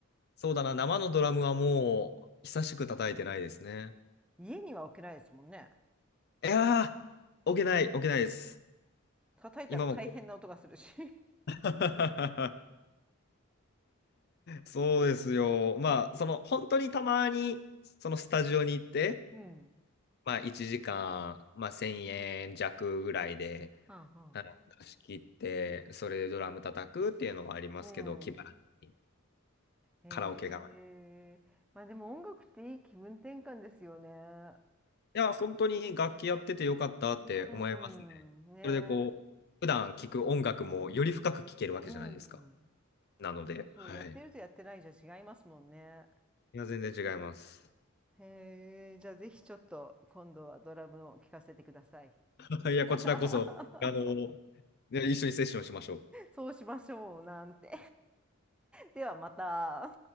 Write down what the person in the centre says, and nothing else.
家には置けないですもんね。
叩いたら大変な音がするし。
<laughs>
うん。
うん
うん。
うんへえ。
まあでも音楽っていい気分転換ですよね。
うん。ね。
うん。
そうやってるとやってないじゃ違いますもんね。
へえ。じゃあぜひちょっと今度はドラムを聴かせてください。
<laughs>
そうしましょう、なんて。ではまた。